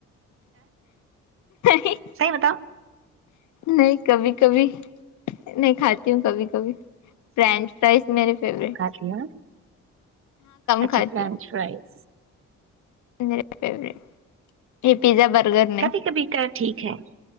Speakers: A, on the left; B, on the right.
A: نہیں
B: سی وتاا
A: نہیں کبھی کبھی نہیں کھاتی ہوں کبھی ک فرینچ فرائز میرے فیورٹ
B: ا کیا اچھا
A: کھاتی
B: فرینچ فرائیز
A: ہوں میرے فیوریٹ یہ پیزا برگر نہیں
B: کبھی کبھی کا ٹھیک ہے